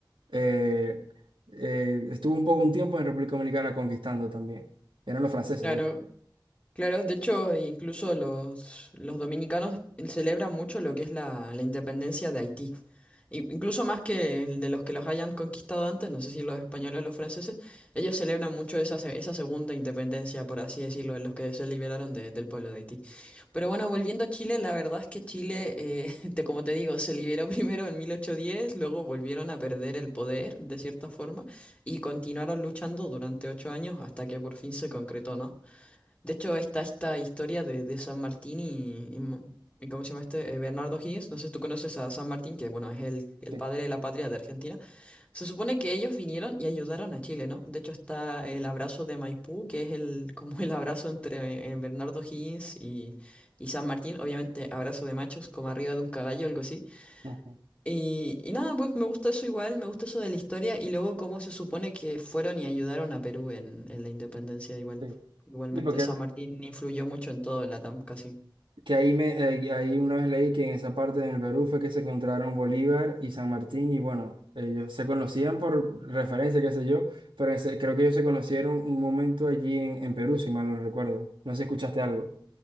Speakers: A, on the right; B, on the left.
A: eh, eh, estuvo un poco un tiempo en República Dominicana conquistando también. Eran los franceses,
B: Claro,
A: de hecho.
B: Claro, de hecho, incluso los, los dominicanos celebran mucho lo que es la, la independencia de Haití. I- Incluso más que el de los que los hayan conquistado antes, no sé si los españoles o los franceses, ellos celebran mucho esa, se- esa segunda independencia, por así decirlo, de los que se liberaron de- del pueblo de Haití. Pero bueno, volviendo a Chile, la verdad es que Chile, eh, <laughs> te- como te digo, se liberó primero en 1810, luego volvieron a perder el poder, de cierta forma, y continuaron luchando durante ocho años hasta que por fin se concretó, ¿no? De hecho, está esta historia de, de San Martín y, y Mo- y ¿cómo se llama este? Eh, Bernardo O'Higgins. No sé si tú conoces a San Martín, que bueno, es el, el
A: Sí,
B: padre de la patria de Argentina. Se supone que ellos vinieron y ayudaron a Chile, ¿no? De hecho, está el abrazo de Maipú, que es el, <laughs> como el abrazo entre eh, Bernardo O'Higgins y, y San Martín. Obviamente, abrazo de machos, como arriba de un caballo, algo así.
A: Ujú,
B: Y, y nada, pues me gusta eso igual, me gusta eso de la historia y luego cómo se supone que fueron y ayudaron a Perú en, en la independencia igual.
A: sí.
B: Igualmente,
A: Sí, porque
B: San Martín influyó mucho en todo en Latam, casi.
A: que ahí, me, eh, ahí una vez leí que en esa parte del Perú fue que se encontraron Bolívar y San Martín y bueno, ellos se conocían por referencia, qué sé yo, pero en se- creo que ellos se conocieron un momento allí en, en Perú, si mal no recuerdo. No sé si escuchaste algo.